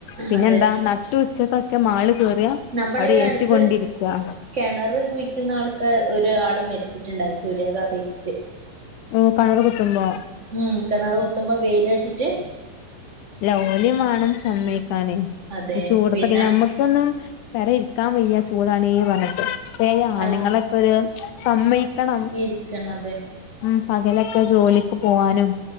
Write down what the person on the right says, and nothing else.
അതെ
നമ്മളെ
ഈ
അടുത്ത്
കെണറ് കുഴിക്കുന്ന ആൾക്കാ ഒരാള് മരി വച്ചിട്ടുണ്ടായി സൂര്യാഘാതമേറ്റിട്ടു
ഉം കിണറു കുത്തുമ്പോ വെയില് തട്ടിയിട്ട് <unintelligible>
അതെ
പിന്നെ
അത്
ഇരിക്കണം അതെ